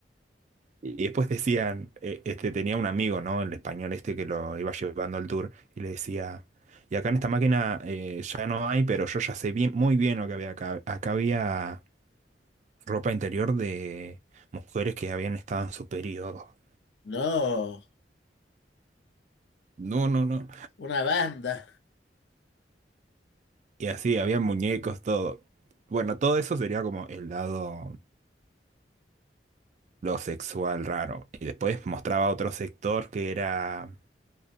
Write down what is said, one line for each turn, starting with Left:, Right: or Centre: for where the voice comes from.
Right: Y después decían, eh, este tenía un amigo, ¿no? El español este que lo iba llevando al tour y le decía, y acá en esta máquina eh, ya no hay, pero yo ya sé bien, muy bien lo que había acá. Acá había ropa interior de mujeres que habían estado en su periodo.
Left: No.
Right: No, no, no.
Left: Una banda.
Right: Y así, había muñecos, todo. Bueno, todo eso sería como el lado lo sexual raro. Y después mostraba otro sector que era